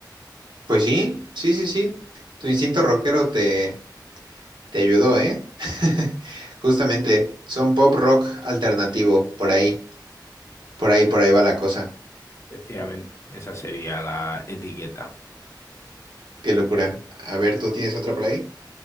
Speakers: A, on the right; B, on the left.
A: Pues sí, sí, sí, sí. Tu instinto
B: Bueno,
A: rockero te, te ayudó, ¿eh? <laughs> Justamente, son pop, rock alternativo, por ahí. Por ahí, por ahí va la cosa.
B: efectivamente, esa sería la etiqueta.
A: Qué locura. A ver, ¿tú tienes otra por ahí?